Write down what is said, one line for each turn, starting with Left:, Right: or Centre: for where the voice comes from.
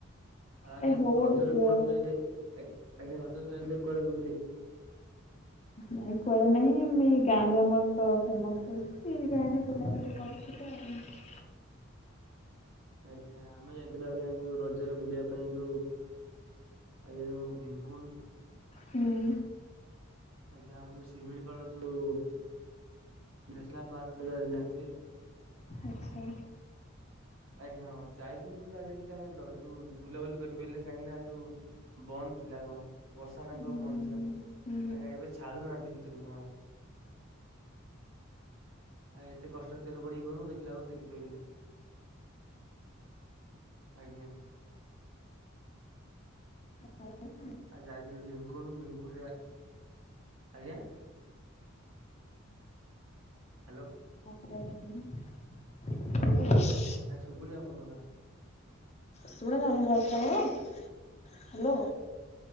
Right: ଆଜ୍ଞା
Left: ଏ ହଉ
Right: ତୁ ରଜରେ
Left: ଟିକେ
Right: କୁଆ ଆଜ୍ଞା ରଜରେ ଯାଇଥିଲେ କୁଆଡେ ବୁଲିତେ? <unintelligible>
Left: ନାଇଁ କୁଆଡ଼େ ନାହିଁ ଆ ଏଇ ଗାଁରେ ଆମର ତ ଫେମସ୍ ହେଉଛି ଏଇ ଗାଁ ରେ ବୁଲାବୁଲି କରିଥିଲୁ ଆଉ।
Right: <unintelligible> ଆଜ୍ଞା ଆମେ ଯାଇଥିଲୁ ଆଜ୍ଞା ଯୋଉ ରଜରେ ବୁଲିବା ପାଇଁ ଯୋଉ ଆଜ୍ଞା ଯୋଉଁ ଭୀମକୁଣ୍ଡ।
Left: ହୁଁ।
Right: ଆଜ୍ଞା ଆଉ ଯୋଉ ଶିମିଳିପାଳ ଯୋଉ ନ୍ୟାସନାଲ ପାର୍କ ଜାଣିଥିବେ।
Left: ଆଛା।
Right: ଆଜ୍ଞା ହଁ ଯାଇଥିଲୁ କିନ୍ତୁ ଆଜ୍ଞା ସେଠି ଆମେ ଯୋଉ ବୁଲାବୁଲି କରିପାରିଲୁ ନାହିଁ କାହିଁକି ନା ଯୋଉ? ବନ୍ଦ ଥିଲା କଣ ବର୍ଷା ପାଇଁ
Left: ହୁଁ
Right: କଣ ବନ୍ଦ
Left: ହୁଁ।
Right: ଥିଲା ଆଜ୍ଞା ଏବେ ଛାଡୁନାହାନ୍ତି କି। <unintelligible> ଆଉ ଏତେ କଷ୍ଟରେ ତେଲ ପୋଡିକି କଣ ଦେଖିଲା ଆ ଦେଖିପାଇଲିନି। ଆଜ୍ଞା।
Left: ହଉ।
Right: ଆଉ ଯାଇଥିଲି ଭୀମକୁୁଣ୍ଡ ଭୀମକୁଣ୍ଡ ରେ ଆଜ୍ଞା। ହ୍ୟାଲୋ।
Left: ହ୍ୟାଲୋ।
Right: ଏ ସୁୁବୁନି ଆପଣଙ୍କ କଥା।
Left: ଶୁଣା ଯାଉନି ଭଏସ ମୋର ହ୍ୟାଲୋ।